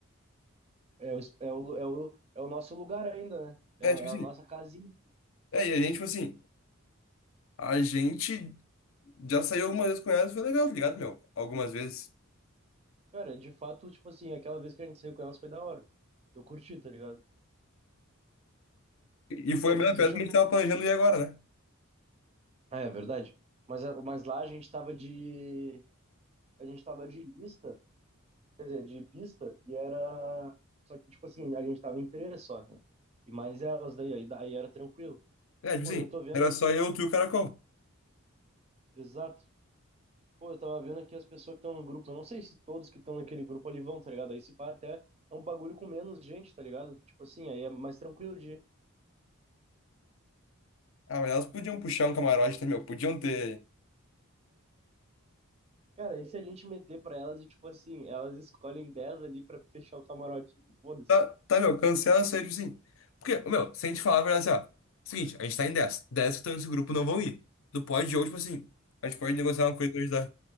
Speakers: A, on the right; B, on the left.
A: É o, es- é o, é o, é o nosso lugar ainda, né? É,
B: É,
A: o-
B: tipo
A: é
B: assim.
A: a nossa casinha.
B: É, e a gente, tipo assim, a gente já saiu algumas vezes com elas, foi legal, tá ligado, meu? Algumas vezes.
A: Cara, de fato, tipo assim, aquela vez que a gente saiu com elas foi da hora. Eu curti, tá ligado?
B: E foi
A: Pô,
B: a mesma
A: deixa
B: festa que
A: eu.
B: a gente tava planejando ir agora, né?
A: É, é verdade. Mas, é- mas lá a gente tava de. A gente tava de lista. quer dizer, de pista, e era. Só que, tipo assim, a gente tava em três só, né? E mais elas daí, aí, aí era tranquilo.
B: É, tipo
A: Pô,
B: assim,
A: eu tô vendo
B: era
A: aqui,
B: só eu, tu e o Caracol.
A: exato. Pô, eu tava vendo aqui as pessoas que estão no grupo. Eu não sei se todos que estão naquele grupo ali vão, tá ligado? Aí se pá até é um bagulho com menos gente, tá ligado? Tipo assim, aí é mais tranquilo de. ir.
B: Ah, mas elas podiam puxar um camarote, tá, meu? Podiam ter.
A: Cara, e se a gente meter pra elas e, tipo assim, elas escolhem 10 ali pra fechar o camarote? Foda-se.
B: Tá, tá, meu, cancela isso aí, tipo assim. Porque, meu, se a gente falar a verdade assim, ó. Seguinte, a gente tá em 10. 10 que estão nesse grupo não vão ir. Do pod de hoje, tipo assim. A gente pode negociar uma coisa hoje da.